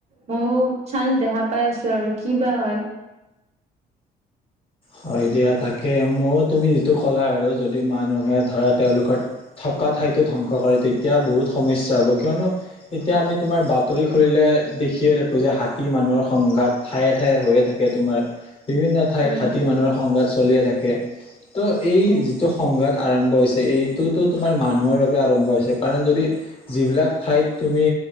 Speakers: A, on the right; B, on the left.
A: বহুত চান্ট দেখা পাই আছো আৰু কি বা হয়?
B: হয় দিয়া তাকে। মই তুমি যিটো ক'লা আৰু যদি মানুহে ধৰা তেওঁলোকৰ থকা ঠাইতো ধ্বংস কৰে তেতিয়া বহুত সমস্যা হব। কিয়নো এতিয়া আমি তোমাৰ বাতৰি খুলিলে দেখিয়ে থাকো যে হাতী মানুহৰ সংঘাত ঠায়ে-ঠায়ে হৈয়ে থাকে তোমাৰ বিভিন্ন ঠাইত
A: উম
B: হাত সংঘাত চলিয়ে থাকে। ত' এই
A: উম
B: যিটো সংঘাত আৰম্ভ হৈছে। এইটোতো তোমাৰ মানুহৰ বাবে আৰম্ভ হৈছে কাৰণ যদি যিবিলাক ঠাইত তুমি